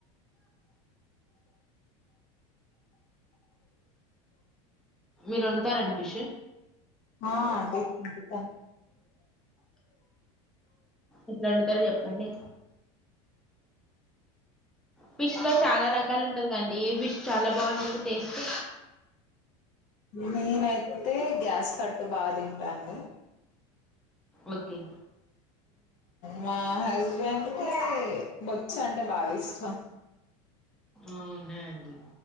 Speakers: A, in the centre; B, on the left.
A: మీరు వండుతారండి ఫిష్
B: ఆ అండి వండుతాను
A: ఎట్లొండుతారో చెప్పండి ఫిష్ లో చాలా రకాలు ఉంటది కండి ఏ ఫిష్ చాలా బాగుంటది టేస్ట్
B: నేనయితే గ్యాస్ కట్టు బాగా తింటాను
A: ఓకే
B: మా హస్బెండ్కిి బొచ్చ అంటే బాగిష్టం
A: అవున్నా అండి